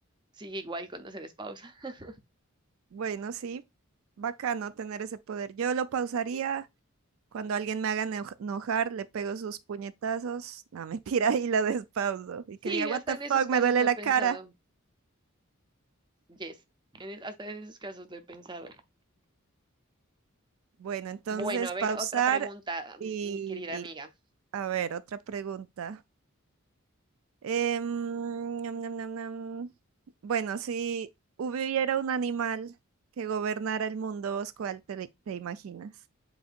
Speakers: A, on the right (about 20°); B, on the right (about 75°).
A: sigue igual cuando se despausa. <laughs>
B: Bueno, sí, bacano tener ese poder. Yo lo pausaría. Cuando alguien me haga eno- enojar, le pego sus puñetazos. No, <laughs> mentira, y la despauso. Y
A: Sí,
B: que diga, what
A: hasta
B: the
A: en
B: fuck,
A: esos casos
B: me duele
A: lo
B: la
A: he pensado,
B: cara.
A: yes, en es- hasta en esos casos lo he pensado.
B: Bueno, entonces
A: Bueno, a
B: pausar
A: ver, otra pregunta,
B: y,
A: mm, mi querida
B: y,
A: amiga.
B: a ver, otra pregunta. Em, ñam, ñam, ñam, ñam. Bueno, si hubiera un animal que gobernara el mundo, ¿vos cuál te, te imaginas?